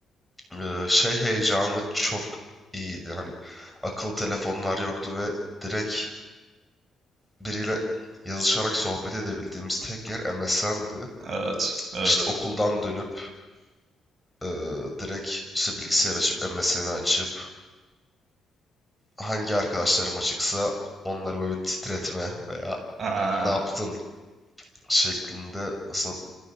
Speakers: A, in the centre; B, on the right.
A: e, şey heyecanı çok iyiydi. Hani akıllı telefonlar yoktu ve direkt biriyle yazışarak sohbet edebildiğimiz tek yer MSN'di.
B: Evet, evet.
A: İşte okuldan dönüp e, direkt işte bilgisayar açıp MSN'i açıp hangi arkadaşlarım açıksa onları böyle titretme veya
B: Aa,
A: ne yaptın şeklinde aslında